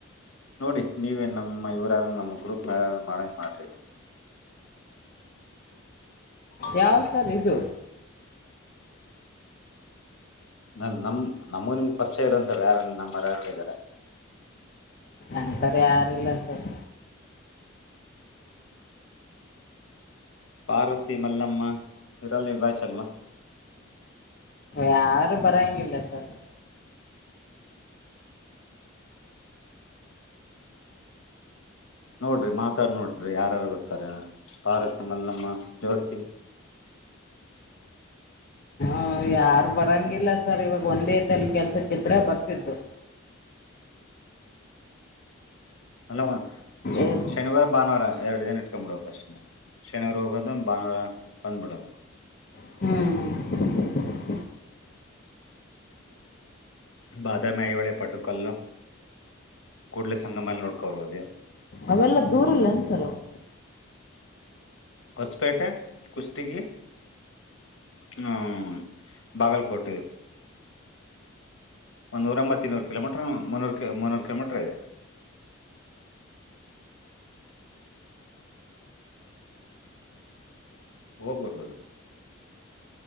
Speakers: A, on the left; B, on the left.
A: ನೋಡಿ ನೀವ ನಮ್ಮ ಇವ್ರ ಯಾರ ನಮ್ಮ ಗ್ರೂಪ್ ಮಾಡಂಗ ಮಾಡ್ರಿ
B: ಯಾವ ಸರ್ ಇದು
A: ನಮಗ ನಿಮಗ ಪರಿಚಯ ಇರುತ್ತೆ ಅದು ಯಾರ ನಮ್ಮರ ಯಾರ ಇದ್ದಾರೆ
B: ಅಂತವರ ಯಾರಿಲ್ಲ ಸರ್
A: ಪಾರ್ವತಿ ಮಲ್ಲಮ್ಮ ಇವರೆಲ್ಲ ನೀವು ಬ್ಯಾಚ ಅಲ್ವಾ
B: ಯಾರು ಬರಂಗಿಲ್ಲ ಸರ್
A: ನೋಡ್ರಿ ಮಾತಾಡ್ ನೋಡ್ರಿ ಯಾರಾರು ಬರ್ತಾರೆ ಪಾರ್ವತಿ ಮಲ್ಲಮ್ಮ ಜ್ಯೋತಿ
B: ಈಗ ಯಾರು ಬರಂಗಿಲ್ಲ ಸರ್ ಇವಾಗ ಒಂದೇ ತಲ್ಲಿ ಕೆಲಸಕ್ಕ ಇದ್ರೆ ಬರ್ತಿದ್ರು
A: ಮಲ್ಲವ್ವ
B: ಎಲ್ಲಿ
A: ಶನಿವಾರ ಭಾನುವಾರ ಎರಡು ದಿನ ಇಟ್ಕೊಂಡ್ ಬಿಡಬೇಕು ಅಷ್ಟೇ ಶನಿವಾರ ಹೋಗೋದು ಭಾನುವಾರ ಬಂದ್ಬಿಡೋದು
B: ಹ್ಮ್
A: ಬಾದಾಮಿ ಐಹೊಳೆ ಪಟ್ಟದಕಲ್ಲು ಕೂಡ್ಲ ಸಂಗಮಲ್ಲಿ ನೋಡ್ಕೋರ್ಬೋದು
B: ಅವೆಲ್ಲ ದೂರ ಇಲ್ಲ ಏನ್ ಸರ್ ಅವು
A: ಹೊಸಪೇಟೆ ಕುಷ್ಟಗಿ ಹ್ಮ ಬಾಗಲಕೋಟೆ ಒನ್ನೂರ ಮತ್ತ ಇನ್ನೂರ ಕಿಲೋಮೀಟರ್ ಮುನ್ನೂರು ಕಿಲೋಮೀಟರ್ ಇದೆ ಹೋಗಬೇಕ ಬೈ